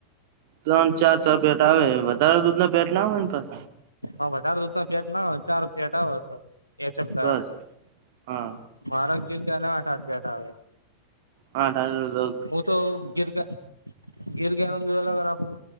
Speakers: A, on the right (about 50°); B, on the left (about 80°).
A: ત્રણ ચાર ચાર ફેટ આવે વધારે દૂધ મતલબ ફેટ ના આવે ને પણ
B: હા વધારે દૂધ ના ફેટ ના ચાર ફેટ આવ અતાર એ શબ કરમ
A: બસ
B: તો
A: હા
B: આરોગ્યને વા અ્યાટ આવે.
A: હા તારું રોક
B: હે તો ગિરગ્યા. ગીર ગાનો અલગ રાખું